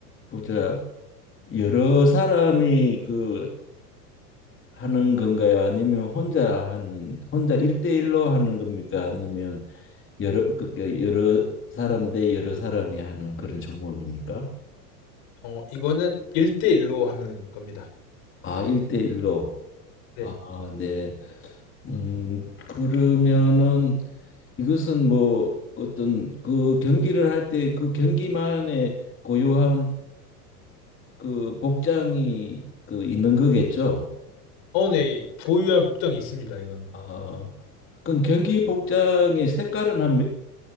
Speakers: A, on the left; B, on the left.
A: 보자 여러 사람이 그 하는 건가요? 아니면 혼자 하는 혼자 일대일로 하는 겁니까? 아니면 여러 그러니까 여러 사람 대 여러 사람이 하는 그런 종목입니까?
B: 어, 이거는 일대일로 하는 겁니다.
A: 아, 일대일로
B: 네.
A: 아, 네. 음, 그러면은 이것은 뭐 어떤 그 경기를 할 때 그 경기만의 고유한 그 복장이 그 있는 거겠죠?
B: 어, 네, 고유한 복장이 있습니다, 이건.
A: 아, 그럼 경기 복장의 색깔은 한 몇,